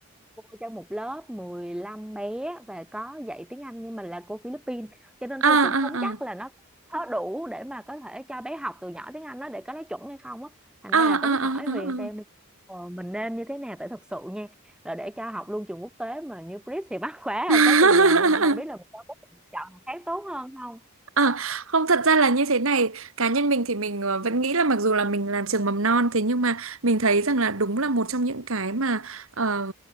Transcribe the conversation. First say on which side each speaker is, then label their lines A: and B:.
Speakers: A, in the centre; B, on the right (about 65°).
A: cô cho một lớp 15 bé và có dạy tiếng Anh nhưng mà là cô Philippines cho nên
B: à,
A: Thư
B: à,
A: cũng không chắc
B: à,
A: là nó có đủ để mà có thể cho bé học từ nhỏ tiếng Anh đó để có nói chuẩn hay không á thành
B: à,
A: ra
B: à,
A: là tính hỏi
B: à,
A: Huyền xem
B: à. à.
A: đi ờ, mình nên như thế nào tại thật sự nha là để cho học luôn trường quốc tế mà như Chris thì <laughs> mắc quá
B: <laughs>
A: không có tiền rồi nhưng mà không biết là mình có có lựa chọn nào khác tốt hơn không
B: À, không thật ra là như thế này cá nhân mình thì mình ờ, vẫn nghĩ là mặc dù là mình làm trường mầm non thế nhưng mà mình thấy rằng là đúng là một trong những cái mà ờ,